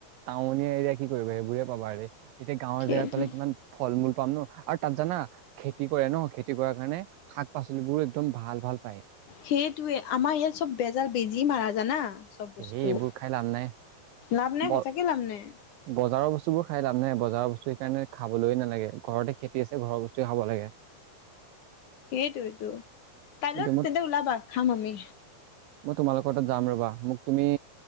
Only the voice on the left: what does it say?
সেইটো
সেইটোৱে আমাৰ ইয়াত চব বেজাৰ বেজি মাৰা জানা চব
বস্তু
লাভ নাই
সঁচাকে লাভ নাই
সেইটো- সেইটো -কাইলৈত
তেন্তে ওলাবা খাম আমি